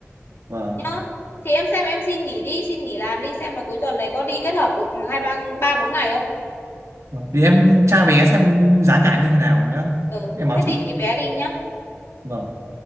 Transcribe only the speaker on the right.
vâng
vâng. thì em tra vé xem giá cả như thế nào nhá
em báo
chị
vâng